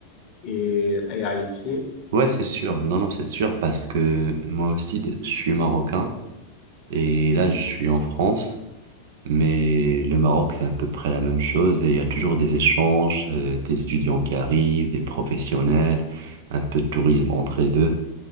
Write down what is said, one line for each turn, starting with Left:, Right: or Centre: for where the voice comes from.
Left: et, et Haïti.
Right: Ouais, c'est sûr. Non, non, c'est sûr, parce que moi aussi, de- je suis marocain. Et là, je suis en France. Mais le Maroc, c'est à peu près la même chose et il y a toujours des échanges, euh, des étudiants qui arrivent, des professionnels, un peu de tourisme entre les deux.